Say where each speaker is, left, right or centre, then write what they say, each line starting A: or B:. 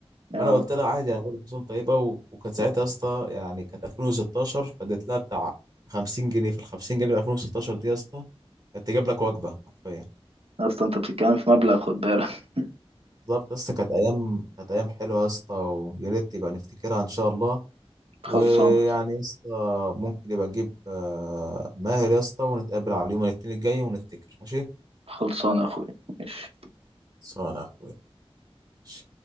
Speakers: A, on the right; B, on the right.
A: يا
B: فانا
A: رب
B: قلت لها عادي انا بقول لك كسوم طيبه و... وكانت ساعتها يا اسطى يعني كانت 2016 فاديت لها بتاع 50 جنيه في ال 50 جنيه في 2016 دي يا اسطى كانت تجيب لك وجبه حرفيا
A: أصلا أنت بتتكلم في مبلغ خد بالك <laughs>
B: بالظبط يا اسطى كانت ايام كانت ايام حلوه يا اسطى ويا ريت يبقى نفتكرها ان شاء الله
A: خلصانة
B: ويعني يا اسطى ممكن يبقى نجيب آه، ماهر يا اسطى ونتقابل على يوم الاثنين الجاي ونفتكر ماشي؟
A: خلصانة يا أخوي ماشي
B: صانع يا اخويا ماشي